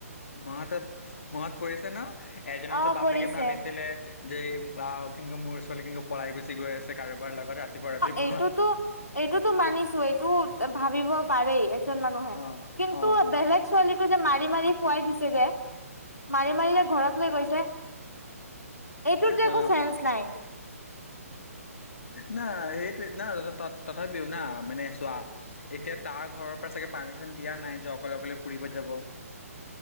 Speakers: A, on the left; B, on the left.
A: মনতত মনত পৰিছে ন? এজনতো
B: অ
A: বাপেকে
B: পৰিছে
A: ভাবিছিলে দে আহ কিন্তু মোৰ ছোৱালী কিন্তু পলাই গুচি গৈ আছে কাৰোবাৰ লগত। ৰাতিপুৱা ৰাতিপুৱা
B: অ এইটোতো এইটোতো মানিছো এইটো ভাবিব পাৰে। মানুহে
A: অ
B: কিন্তু
A: অ
B: বেলেগ ছোৱালী যে মাৰি মাৰি শুৱাই দিছে দে মাৰি মাৰি ঘৰত লৈ গৈছে। এইটোত যে
A: অ
B: একো চেন্স নাই
A: না সেই না তথাপিও না, মানে চোৱা এতিয়া তাৰ ঘৰৰ পৰা চাগে পাৰ্মিচন দিয়া নাই যে অকলে অকলে ফুৰিব যাব।